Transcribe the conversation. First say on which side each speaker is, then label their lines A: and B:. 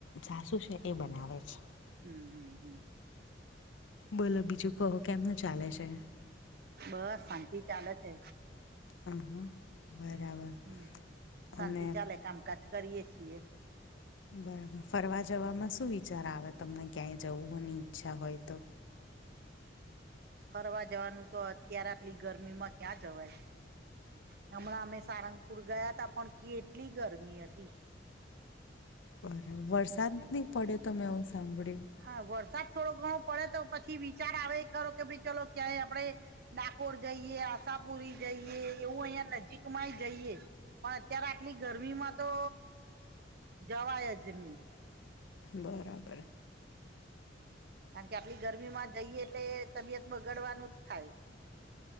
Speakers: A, on the left; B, on the right.
A: સાસુ છે એ બનાવે છે.
B: હમ્મ હમ્મ.
A: બોલો બીજું કહો કેમનું ચાલે છે?
B: બસ શાંતિ ચાલે છે.
A: હ હા બરાબર.
B: હમ શાંતિ
A: અને
B: ચાલે કામકાજ કરીએ છીએ.
A: બરાબર ફરવા જવામાં શું વિચાર આવે તમને ક્યાંય જવુંની ઈચ્છા હોય તો.
B: ફરવા જવાનું તો અત્યારે આટલી ગરમી માં ક્યાં જવાય. હમણાં અમે સારંગપુર ગયા ત પણ કેટલી ગરમી હતી.
A: બરાબર વરસાદ
B: એટલે
A: નહી પડ્યો તો મેં હું સાંભળ્યું.
B: હા વરસાદ થોડો ઘણો પડે તો પછી વિચાર આવે ખરો કે ભાઈ ચલો ક્યાંય આપડે ડાકોર જઈએ, આશાપુરી જઈએ એવું અહંયા નજીકમાંય જઈએ. પણ અત્યારે આટલી ગરમી માં તો. જવાય જ નહી.
A: બરાબર.
B: કારણ કે આટલી ગરમી માં જઈએ એટલે તબિયત બગાડવાનુંજ થાય.